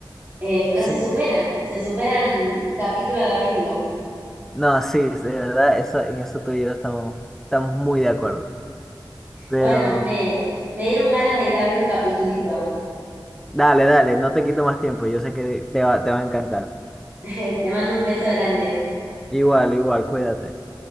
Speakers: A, on the right; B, in the centre.
A: Eh, pero
B: Sí.
A: se superan, se superan capítulo a capítulo.
B: No, sí, de verdad, eso, en eso tú y yo estamos, estamos muy de acuerdo. Pero
A: Bueno, me, me dieron ganas de ir a ver un capitulito.
B: dale, dale, no te quito más tiempo, yo sé que te va, te va a encantar.
A: <laughs> Te mando un beso grande.
B: Igual, igual, cuídate.